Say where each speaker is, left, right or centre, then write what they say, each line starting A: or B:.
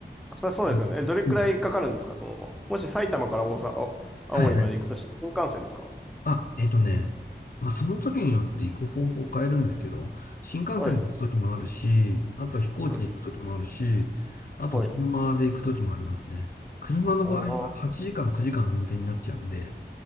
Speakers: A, in the centre; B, on the left (about 55°).
A: そそうですよね。
B: うんうん
A: え、どれくらいかかるんですかその、もし埼玉から大阪、お青森まで行くとしたら新幹線ですか
B: はいはい。あ、えっとね、まあ、その時によって行く方法を変えるんですけど、新幹線で行く時もあるし、
A: はい。
B: あと飛行機で行く時もあるし、
A: うん、
B: あと車で行く時もありますね。
A: はい。
B: 車の場合は8時間、
A: ああ、
B: 9時間運転になっちゃうんで、